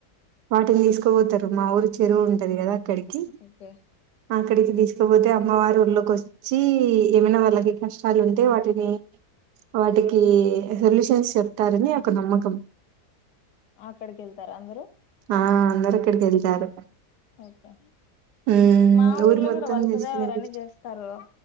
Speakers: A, on the right; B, on the left.
A: వాటిని తీసుకు దువు తారు మా ఊరి చెరువు ఉంటది కదా అక్కడికి.
B: ఓకే
A: అక్కడికి తీసుకపోతే అమ్మవారు ఊళ్ళలోకి వచ్చి ఏమైనా వాళ్ళకి కష్టాలు ఉంటే వాటిని వాటికి సొల్యూషన్స్ చెప్తారని ఒక నమ్మకం
B: అక్కడికి వెళ్తారు అందరూ
A: ఆ అందరు అక్కడికెళ్తారు
B: ఓకే
A: హ్మ్.
B: మా ఊర్లో
A: ఊరు మొత్తం
B: కూడా వలస
A: చేసుకునే
B: దేవర అని చేస్తారు